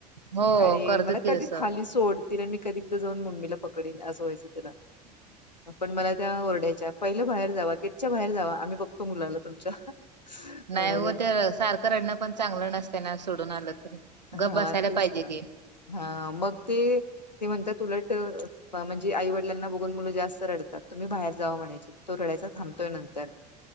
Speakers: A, on the right; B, on the left.
A: हो
B: आणि
A: करतात
B: मला
A: की
B: कधी
A: तसं
B: खाली सोड तिला मी कधीएकदा जाऊन मम्मीला पकडेन असं व्हायचं त्याला पण मला त्या ओरडायच्या पहिले बाहेर जावा च्या बाहेर जावा आम्ही बघतो मुलाला तुमच्या म्हणायच्या
A: नाही हो ते सारखं रडणं पण चांगलं नसतयना सोडून आलं तर गप
B: हा
A: बसायला
B: तेच
A: पाहिजे
B: ना
A: की
B: हा मग ते ते म्हणतात उलट, म्हणजे आई वडिलाना बघून मुलं जास्त रडतात तुम्ही बाहेर जावा म्हणायचे, तो रडायचा थांबतोय नंतर